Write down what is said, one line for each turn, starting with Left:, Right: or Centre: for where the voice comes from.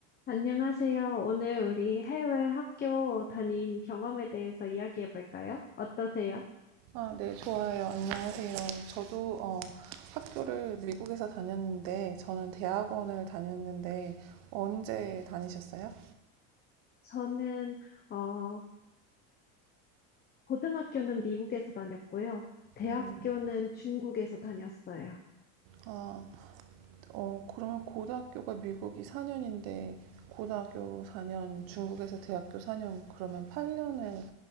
Left: 안녕하세요. 오늘 우리 해외 학교 다닌 경험에 대해서 이야기해 볼까요? 어떠세요?
Right: 아, 네, 좋아요. 안녕하세요. 저도 어, 학교를 미국에서 다녔는데, 저는 대학원을 다녔는데, 언제 다니셨어요?
Left: 저는, 어, 고등학교는 미국에서 다녔고요. 대학교는
Right: 음,
Left: 중국에서 다녔어요.
Right: 아, 어, 그러면 고등학교가 미국이 4년인데, 고등학교 4년, 중국에서 대학교 4년, 그러면 8년을